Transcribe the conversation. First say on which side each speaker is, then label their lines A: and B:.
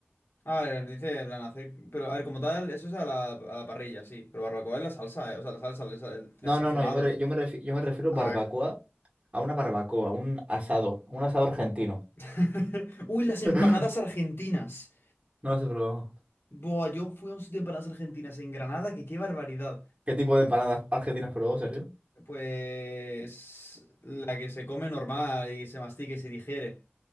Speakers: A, on the left; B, on the right.
A: A ver, dice, en plan, hacer... Pero, a ver, como tal, eso es a la, a la parrilla, sí. Pero barbacoa es la salsa, eh, O sea, la salsa, el
B: No,
A: el sazonado.
B: no, no, yo me, re- yo me, refi- yo me refiero
A: Ah,
B: barbacoa a una barbacoa, a un asado, a un asado argentino.
A: <laughs> Uy, las empanadas
B: <laughs>
A: argentinas.
B: No lo he probado.
A: Buah, yo fui a un sitio de empanadas argentinas en Granada, que qué barbaridad.
B: ¿Qué tipo de empanadas argentinas probó, Sergio?
A: Pues la que se come normal y se mastica y se digiere.